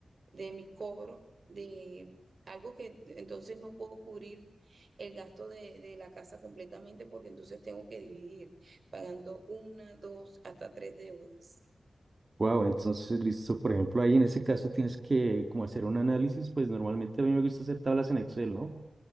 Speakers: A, on the right; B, on the right.
A: de mi cobro, de algo que entonces no puedo cubrir el gasto de, de la casa completamente porque entonces tengo que dividir, pagando una, dos, hasta tres deudas.
B: Wow, entonces listo, por ejemplo, ahí en ese caso tienes que como hacer un análisis, pues normalmente a mí me gusta hacer tablas en Excel, ¿no?